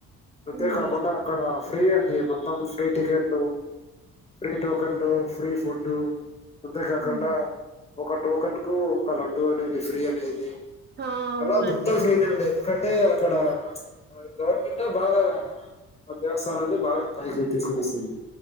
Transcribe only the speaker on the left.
అంతేకాకుండా
అక్కడ ఫ్రీ అండి మొత్తం ఫ్రీ టికెట్లు ఫ్రీ టోకన్లు ఫ్రీ ఫుడ్ అంతేకాకుండా
ఒక టోకన్ కు ఒక లడ్డూ అనేది ఫ్రీ అనేది
అలా మొత్తం ఫ్రీ అండే ఎందుకంటే అక్కడ గవర్నమెంట్ బాగా ఆ దేవస్థానాన్ని బాగా పైకి తీసుకుని వస్తుంది.